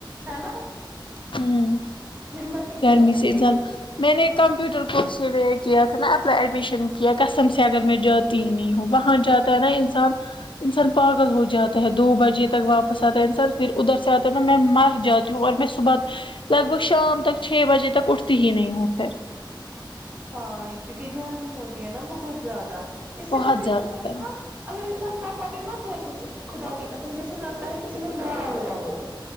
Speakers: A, on the right (about 20°); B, on the left (about 75°).
A: ہے نا
B: ہوں
A: ہمت ہی نہیں
B: گرمی
A: ہوتی
B: سے انساں
A: ہے
B: میں نے کمپیوٹر کورس کے لیے کیا تھا نا اپلائی ایڈمیشن کیا قسم سے اگر میں جاتی نہیں ہوں وہاں جاتا ہے نا انسان انسان پاگل ہو جاتا ہے دو بجے تک واپس آتا ہے انسان پھر ادھر سے آتا ہے نا میں مر جاتی ہوں اور میں لگ بھگ شام تک چھ بجے تک اٹھتی ہی نہیں ہوں پھر
A: ہاں کیونکہ گرمی ہوتی ہے نا بہت زیادہ اس سے
B: بہت
A: جیسے <unintelligible>
B: زیادہ گرمی
A: اگر انسان کرتا بھی مت ہے کچھ خدا کی قسم جیسے لگتا ہے کسی نے مارا ہوا ہو